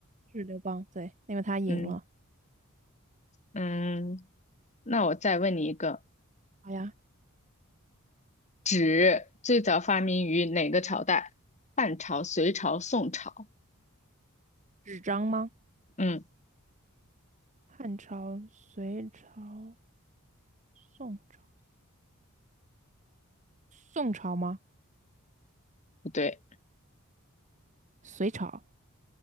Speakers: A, on the right; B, on the left.
A: 是刘邦，对，因为他赢了。
B: 嗯嗯，那我再问你一个，
A: 好呀，
B: 纸最早发明于哪个朝代？汉朝、隋朝、宋朝？
A: 纸张吗？
B: 嗯，
A: 汉朝、隋朝、宋朝、宋朝吗？
B: 不对，
A: 隋朝，